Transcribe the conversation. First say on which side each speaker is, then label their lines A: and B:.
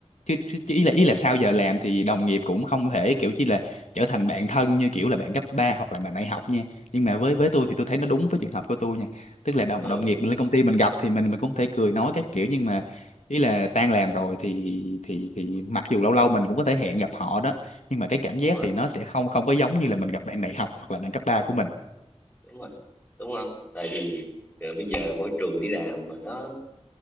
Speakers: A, on the left; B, on the left.
A: chứ, chứ chứ ý là ý là sau giờ làm thì đồng nghiệp cũng không thể kiểu chỉ là trở thành bạn thân như kiểu là bạn cấp 3 hoặc là bạn đại học nha nhưng mà với với tôi thì tôi thấy nó đúng với trường hợp của tôi nha tức là đồng
B: ừ
A: đồng nghiệp mình lên công ty mình gặp thì mình mình cũng thể cười nói các kiểu nhưng mà ý là tan làm rồi thì thì thì mặc dù lâu lâu mình cũng có thể hẹn gặp họ đó nhưng mà cái cảm
B: đúng
A: giác
B: rồi
A: thì nó sẽ không không có giống như là mình gặp bạn đại học hoặc là bạn cấp ba của mình
B: đúng rồi đúng không tại vì ờ, bây giờ môi trường đi làm mà nó